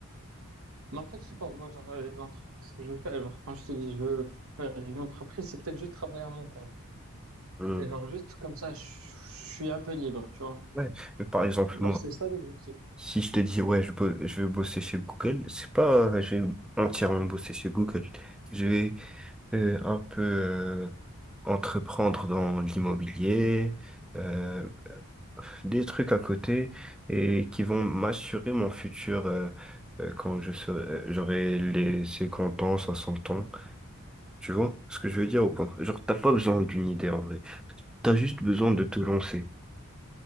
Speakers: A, on the right; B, in the centre.
A: Mais en fait, je sais pas, moi, genre, euh, l'entreprise que je veux faire, genre, quand je te dis je veux faire une entreprise, c'est peut-être juste travailler à mon compte.
B: Euh,
A: C'est genre juste comme ça, je, je suis un peu libre, tu vois.
B: ouais. Mais Par exemple,
A: Alors,
B: moi,
A: c'est ça l'objectif.
B: si je te dis, ouais, je, bo- je vais bosser chez Google, c'est pas, euh, je vais entièrement bosser chez Google. Je vais euh, un peu euh, entreprendre dans l'immobilier, euh, des trucs à côté et qui vont m'assurer mon futur euh, euh, quand je serai, euh, j'aurai les 50 ans, 60 ans. Tu vois ce que je veux dire ou pas? Genre, t'as pas besoin d'une idée en vrai. T'as juste besoin de te lancer.